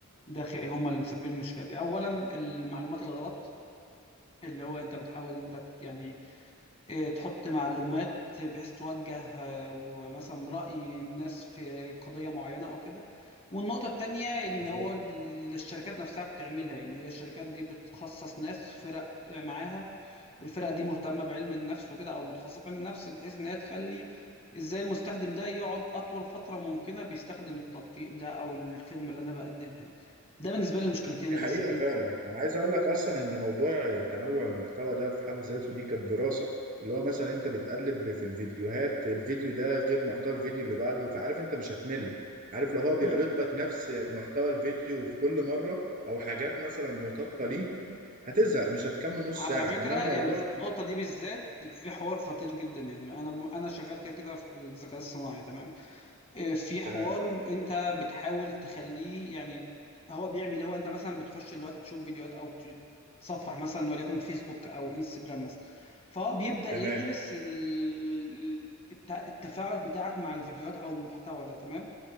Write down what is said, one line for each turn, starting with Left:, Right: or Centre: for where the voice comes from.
Left: ده خ- هما اللي مسببين المشكلة دي أولا المعلومات الغلط اللي هو أنت بتحاول أنت يعني إيه، تحط معلومات بحيث توجه آه، ومثلا رأي الناس في قضية معينة أو كده والنقطة التانية إن
Right: بالظبط
Left: هو ال- الشركات نفسها بتعملها يعني هي الشركات دي بتخصص ناس فرق معاها والفرقة دي مهتمة بعلم النفس وكده أو متخصصة في علم النفس بحيث إن هي تخلي إزاي المستخدم ده يقعد أطول فترة ممكنة بيستخدم التطبيق ده أو الخدمة اللي أنا بقدمها دي ده بالنسبة لي المشكلتين
Right: دي
Left: الأساسيتين
Right: حقيقة فعلا انا عايز اقول لك اصلا ان موضوع تنوع المحتوى ده في حد ذاته دي كانت دراسة اللي هو مثلا انت بتقلب في الفيديوهات الفيديو ده غير محتوى الفيديو اللي بعده فعارف انت مش هتمل عارف لو هو بيعرض
Left: في
Right: لك نفس محتوى الفيديو في كل مرة او حاجات مثلا مطابقة ليه هتزهق مش هتكمل نص
Left: على
Right: ساعة
Left: فكرة
Right: انما موضوع
Left: يعني في النقطة دي بالذات في حوار خطير جدا يعني أنا أنا شغال كده كده في الذكاء الصناعي تمام آه، في حوار
Right: تمام
Left: أنت بتحاول تخليه يعني هو بيعمل إيه؟ هو أنت مثلا بتخش دلوقتي تشوف فيديوهات أو تصفح مثلا وليكن فيسبوك أو انستجرام مثلا فهو بيبدأ
Right: تمام
Left: يدرس ال- الت- التفاعل بتاعك مع الفيديوهات أو المحتوى ده تمام